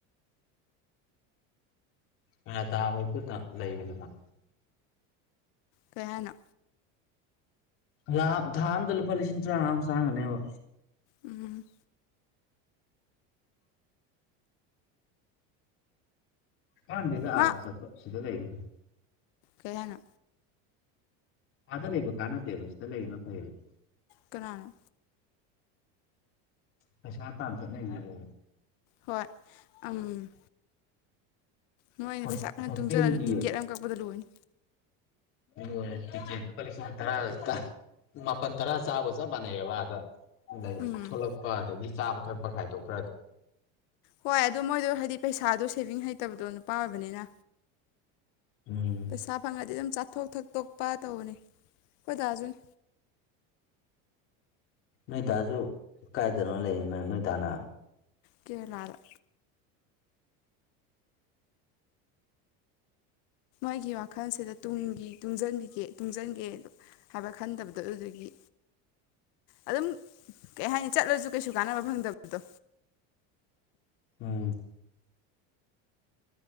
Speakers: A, on the left (about 40°); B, on the left (about 60°).
A: ꯃꯌꯥꯇꯥ ꯍꯣꯏ ꯄꯨꯟꯅ ꯂꯩꯕꯅꯦ ꯃꯣꯏ
B: ꯀꯩ ꯍꯥꯏꯅꯣ
A: ꯂꯥ ꯊꯥ ꯑꯝꯗ ꯂꯨꯄꯥ ꯂꯤꯁꯤꯡ ꯇꯔꯥꯉꯥꯃꯨꯛ ꯆꯥꯔꯝꯒꯅꯦꯕ
B: ꯎꯝ
A: ꯀꯥꯟꯗꯦꯗ ꯑꯥꯗ
B: ꯃꯥ
A: ꯆꯠꯄ ꯁꯤꯗ ꯂꯩꯕꯅ ꯐꯩ
B: ꯀꯩ ꯍꯥꯏꯅꯣ
A: ꯑꯥꯗ ꯂꯩꯕ ꯀꯥꯟꯅꯗꯦꯕ ꯁꯤꯗ ꯂꯩꯕꯅ ꯐꯩꯌꯦꯕ
B: ꯀꯅꯥꯅꯣ
A: ꯄꯩꯁꯥ ꯇꯥꯟ ꯆꯠꯅꯩꯖꯤꯕꯣ
B: ꯍꯣꯏ ꯎꯝ ꯅꯣꯏꯅ
A: ꯍꯣꯁꯇꯦꯜꯒꯤ
B: ꯄꯩꯁꯥ ꯐꯖꯅ ꯇꯨꯡꯖꯜꯂꯖꯨ ꯇꯤꯀꯦꯠ ꯑꯃ ꯀꯛꯄꯗ ꯂꯣꯏꯅꯤ
A: ꯂꯣꯏꯔꯦ ꯇꯤꯛꯀꯦꯠ ꯂꯨꯄꯥ ꯂꯤꯁꯤꯡ ꯇꯔꯥ ꯇ ꯃꯥꯄꯟ ꯇꯔꯥ ꯆꯥꯕꯒ ꯆꯞ ꯃꯥꯟꯅꯩꯌꯦꯕ ꯑꯥꯗ ꯑꯗꯩ
B: ꯎꯝ
A: ꯊꯣꯛꯂꯛꯄ ꯑꯗꯒꯤ ꯆꯥꯕ ꯊꯛꯄ ꯈꯥꯏꯗꯣꯛꯈ꯭ꯔꯗꯤ
B: ꯍꯣꯏ ꯑꯗꯨ ꯃꯣꯏꯗꯣ ꯍꯥꯏꯗꯤ ꯄꯩꯁꯥꯗꯣ ꯁꯦꯚꯤꯡ ꯍꯩꯇꯕꯗꯣ ꯅꯨꯄꯥ ꯑꯣꯏꯕꯅꯤꯅ
A: ꯎꯝ
B: ꯄꯩꯁꯥ ꯐꯪꯉꯗꯤ ꯑꯗꯨꯝ ꯆꯥ ꯊꯣꯛ ꯊꯛꯇꯣꯛꯄ ꯇꯧꯕꯅꯤ ꯈꯣꯏ ꯗꯥꯖꯨꯅꯤ
A: ꯅꯣꯏꯗꯥꯖꯨ ꯀꯥꯏꯗꯅꯣ ꯂꯩꯔꯤꯅ ꯅꯣꯏꯗꯥꯅ
B: ꯀꯦꯔꯂꯥꯗ ꯑꯩꯒꯤ ꯋꯥꯈꯜꯁꯤꯗ ꯇꯨꯡꯒꯤ ꯇꯨꯡꯖꯟꯕꯤꯒꯦ ꯇꯨꯡꯖꯟꯒꯦ ꯍꯥꯏꯕ ꯈꯟꯗꯕꯗꯣ ꯑꯗꯨꯗꯨꯒꯤ ꯑꯗꯨꯝ ꯀꯩ ꯍꯥꯏꯅꯤ ꯆꯠꯂꯁꯨ ꯀꯩꯁꯨ ꯀꯥꯟꯅꯕ ꯐꯪꯗꯕꯗꯣ
A: ꯎꯝ